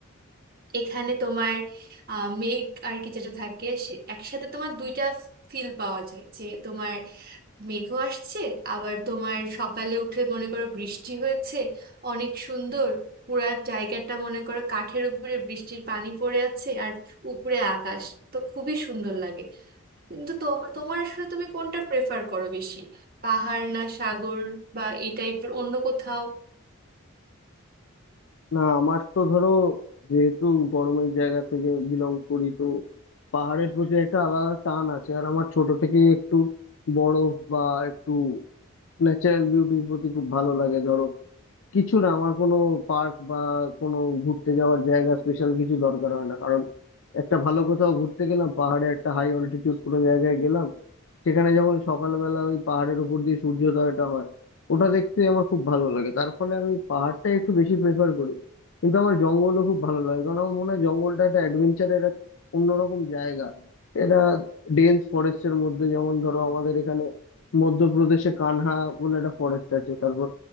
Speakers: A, on the right (about 45°); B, on the left (about 65°).
A: এখানে তোমার আহ, মেঘ আর কি যেটা থাকে সে একসাথে তোমার দুইটা ফিল পাওয়া যায় যে তোমার মেঘও আসছে আবার তোমার সকালে উঠে মনে করো বৃষ্টি হয়েছে অনেক সুন্দর পুরা জায়গাটা মনে করো কাঠের উপরে বৃষ্টির পানি পড়ে আছে আর উপরে আকাশ তো খুবই সুন্দর লাগে কিন্তু তোমার তোমার আসলে তুমি কোনটা প্রেফার করো বেশি পাহাড় না সাগর বা এই টাইপের অন্য কোথাও
B: না আমার তো ধরো যেহেতু গরমের জায়গা থেকে বিলং করি তো পাহাড়ের প্রতি একটা আলাদা টান আছে আর আমার ছোট থেকেই একটু বরফ বা একটু ন্যাচারাল বিউটির প্রতি খুব ভালো লাগে ধরো কিছু না আমার কোনো পার্ক বা কোনো ঘুরতে যাওয়ার জায়গা স্পেশাল কিছু দরকার হয় না কারণ একটা ভালো কোথাও ঘুরতে গেলাম পাহাড়ে একটা হাই অল্টিটিউড কোনো জায়গায় গেলাম সেখানে যখন সকালবেলা ওই পাহাড়ের উপর দিয়ে সূর্যোদয়টা হয় ওটা দেখতে আমার খুব ভালো লাগে তার ফলে আমি পাহাড়টাই একটু বেশি প্রেফার করি কিন্তু আমার জঙ্গলও খুব ভালো লাগে কারণ আমার মনে হয় জঙ্গলটা একটা অ্যাডভেঞ্চারের এক অন্যরকম জায়গা এটা ডেন্স ফরেস্টের মধ্যে যেমন ধরো আমাদের এখানে মধ্যপ্রদেশে কানহা বলে একটা ফরেস্ট আছে তারপর